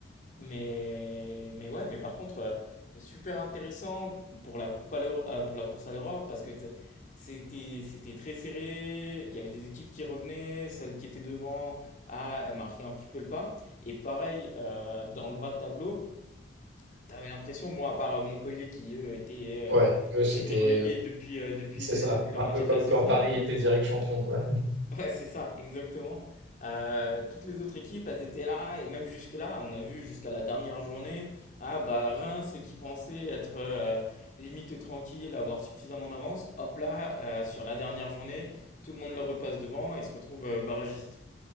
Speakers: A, on the left; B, on the right.
A: Mais, mais ouais, mais par contre, euh, super intéressant pour la coupe à l'Euro- euh, pour la course à l'Europe parce que t- c'était, c'était très serré. Il y avait des équipes qui revenaient, celle qui était devant, ah, elle marquait un petit peu le pas. Et pareil, euh, dans le bas de tableau, t'avais l'impression, moi, à part euh, Montpellier qui, eux, était,
B: Ouais,
A: euh,
B: eux, c'était,
A: était relégué depuis, euh, depuis,
B: c'est
A: les-
B: ça,
A: depuis la
B: un
A: moitié
B: peu comme
A: de la saison,
B: quand Paris était direct champion, quoi.
A: <laughs> Ouais, c'est ça, exactement. Euh, toutes les autres équipes, elles étaient là, et même jusque-là, on a vu jusqu'à la dernière journée, ah bah Reims qui pensait être euh, limite tranquille, avoir suffisamment d'avance, hop là, euh, sur la dernière journée, tout le monde leur repasse devant et se retrouve euh, barragiste.